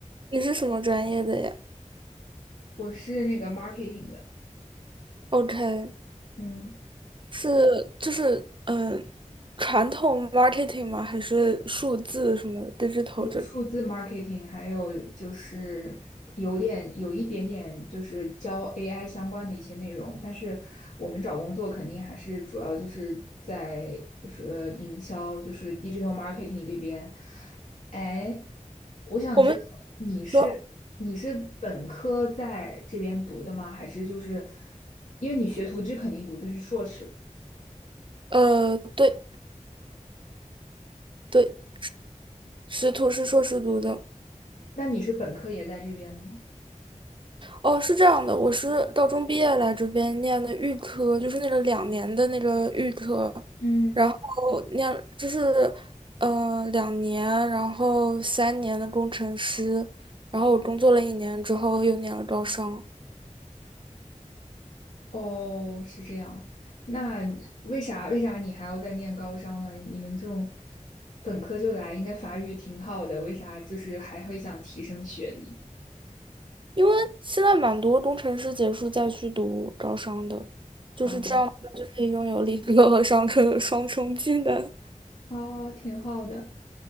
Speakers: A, on the right; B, on the left.
A: 你是什么专业的呀
B: 我是那个 marketing 的，
A: ？OK，
B: 嗯。
A: 是就是嗯、呃传统 marketing 吗？还是数字什么 digital 这里？
B: 数字 marketing，还有就是有点有一点点就是教 AI 相关的一些内容，但是我们找工作肯定还是主要就是在呃营销，就是 digital marketing 这边。哎，我想知道你是你是本科在这边读的吗？
A: 我们说
B: 还是就是因为你学徒制肯定读的是硕士，
A: 呃，对对，师徒是硕士读的。
B: 那你是本科也在这边的吗？
A: 哦，是这样的，我是高中毕业来这边念的预科，就是那个两年的那个预科，
B: 嗯，
A: 然后念就是嗯、呃两年，然后三年的工程师，然后我工作了一年之后又念了招商。
B: 哦，是这样。那为啥为啥你还要再念高商呢？你们这种本科就来，应该法语挺好的，为啥就是还会想提升学历？
A: 因为现在蛮多工程师结束再去读招商的，就是这样，
B: 哦，
A: 就可以拥有理科和商科的双重技能。
B: 啊，挺好的。